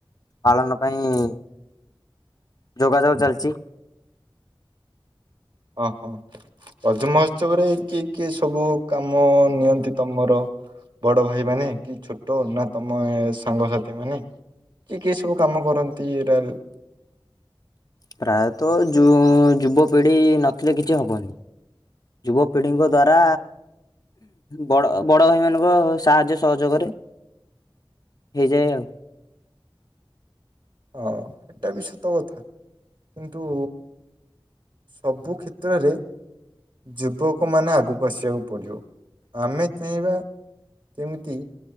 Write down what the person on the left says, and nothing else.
ପାଳନ ପାଇଁ ଯୋଗାଯୋଗ ଚାଲିଚି।
ପ୍ରାୟତଃ ଯୁ ଯୁବପିଢ଼ି ନଥିଲେ କିଛି ହବନି। ଯୁବପିଢ଼ିଙ୍କ ଦ୍ଵାରା ବଡ ବଡ ଭାଇମାନଙ୍କ ସାହାଯ୍ୟ ସହଯୋଗରେ ହେଇଯାଏ ଆଉ।